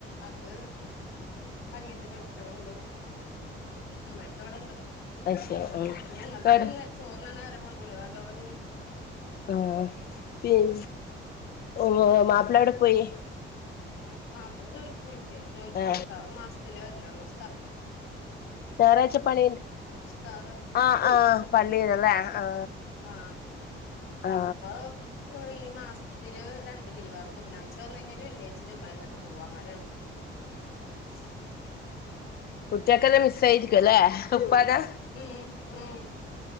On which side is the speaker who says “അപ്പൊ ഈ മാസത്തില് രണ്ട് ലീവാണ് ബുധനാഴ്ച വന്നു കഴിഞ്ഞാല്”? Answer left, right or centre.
Left